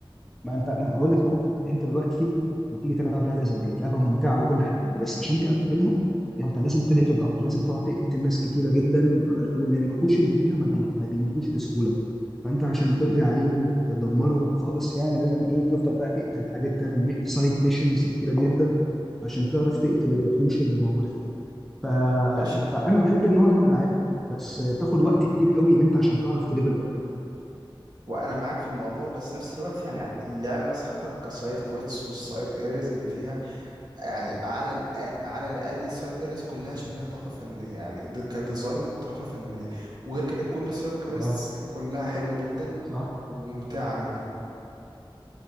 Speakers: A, in the centre; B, on the right.
A: ما انت أنا هقول لك نقطه انت دلوقتي لما تيجي تلعب لعبه زي دي لعبه ممتعه وكل حاجه بس عشان تقفلها انت لازم تليفل اب لازم تقعد تقتل ناس كتيره جدا واللي الوحوش اللي فيها ما, بي... ما بيموتوش بسهوله فانت عشان تقضي عليهم وتدمرهم خالص يعني لازم ايه تفضل بقى تقتل حاجات تعمل مي... سايد ميشنز كتيره جدا عشان تعرف تقتل الوحوش اللي موجوده فيها ف...
B: ماشي
A: فانا بحب النوع ده من الالعاب بس بتاخد وقت كتير قوي ان انت عشان تعرف تليفل اب
B: وانا معاك في الموضوع بس نفس الوقت يعني اللعبه حتى كسايد كويتس والسايد ايريز اللي فيها يعني على الاقل على الاقل السايد ايريز كلها شكلها تحفه فنيه يعني د- كديزاين تحفه فنيه وغير كده كل السايد كويتس
A: اه
B: كلها حلوه جدا
A: صح
B: وممتعه يعني